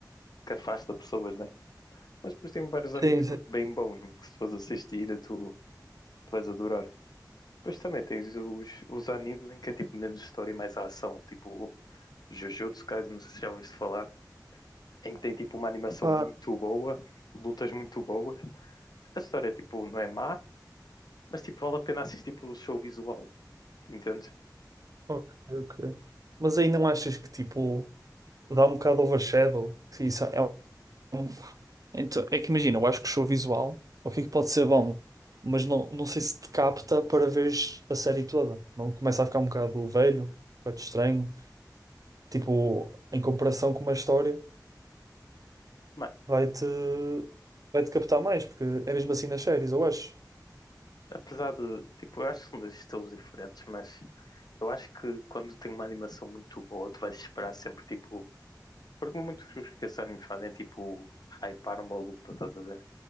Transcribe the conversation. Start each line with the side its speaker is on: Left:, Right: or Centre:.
Left: que afasta pessoas, né? Mas depois tem vários animes
Right: Sim, sim.
Left: bem bons, mano, que se tu fores assistir, tu, tu vais adorar. Depois também tens os, os animes em que é tipo menos história e mais ação, tipo Jujutsu Kaisen, não sei se já ouviste falar, em que tem tipo uma animação
Right: Pá,
Left: muito boa, lutas muito boas. A história tipo não é má, mas tipo vale a pena assistir pelo show visual, entende?
Right: ok, ok. Mas aí não achas que, tipo. dá um bocado overshadow. Isso é um- Então, é que imagina, eu acho que o show visual, o que é que pode ser bom, mas não, não sei se te capta para veres a série toda. Não começa a ficar um bocado velho, um bocado estranho. Tipo, em comparação com uma história,
Left: Mano,
Right: vai-te vai-te captar mais, porque é mesmo assim nas séries, eu acho.
Left: Apesar de, tipo, eu acho que são dois estilos diferentes, mas eu acho que quando tem uma animação muito boa, tu vais esperar sempre, tipo, porque muitos que esses animes fazem é, tipo, hypar uma luta, estás a ver?